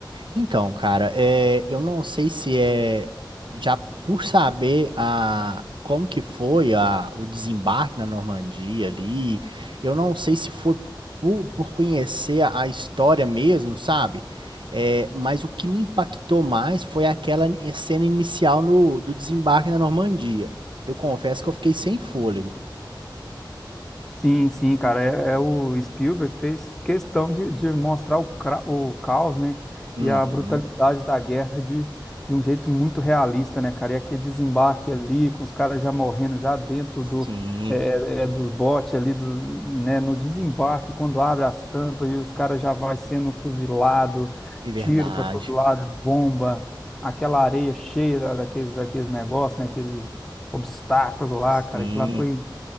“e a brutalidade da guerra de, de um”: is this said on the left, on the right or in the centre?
Centre